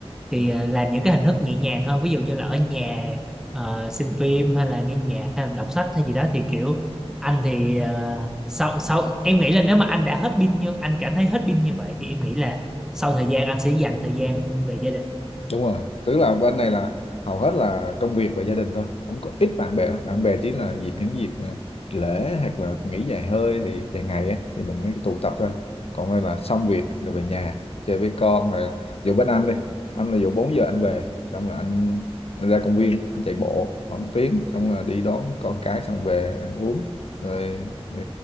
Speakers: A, in the centre; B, on the left.
A: thì
B: rồi.
A: ờ, làm những cái hình thức nhẹ nhàng hơn. Ví dụ như là ở nhà ờ, xem phim hay là nghe nhạc hay là đọc sách hay gì đó thì kiểu anh thì ờ, sau sau em nghĩ là nếu mà anh đã hết pin như anh cảm thấy hết pin như vậy thì em nghĩ là sau thời gian anh sẽ dành thời gian về gia đình.
B: đúng rồi tức là bên này là hầu hết là công việc và gia đình thôi không có ít bạn bè lắm. bạn bè chỉ là dịp những dịp ờ, lễ hoặc là nghỉ dài hơi thì dài ngày á thì mình mới tụ tập thôi còn đây là xong việc rồi về nhà chơi với con rồi dù bên anh đi anh là dù 4 giờ anh về xong là anh, anh ra công viên anh chạy bộ khoảng tiếng xong là đi đón con cái xong về ăn uống rồi, ờ,